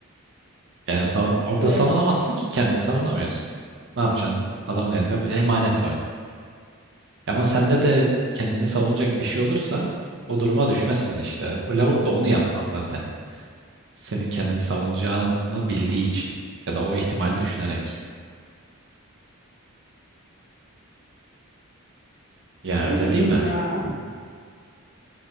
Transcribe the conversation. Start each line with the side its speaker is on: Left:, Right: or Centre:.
Right: Yani sa- orada
Left: Evet.
Right: savunamazsın ki kendini savunamıyorsun. Ne yapacaksın? Adamın elinde bu emanet var. Ama sende de kendini savunacak bir şey olursa o duruma düşmezsin işte. O lavuk da onu yapmaz zaten. Senin kendini savunacağını bildiği için ya da o ihtimali düşünerek. Yani
Left: Ne
Right: öyle
Left: bileyim
Right: değil mi?
Left: ya.